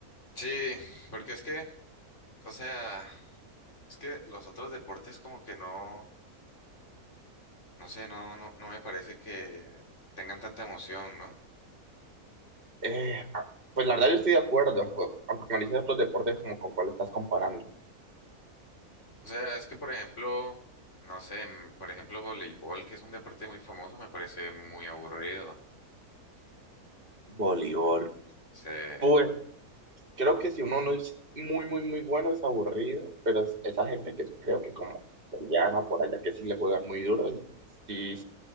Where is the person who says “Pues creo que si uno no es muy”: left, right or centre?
Right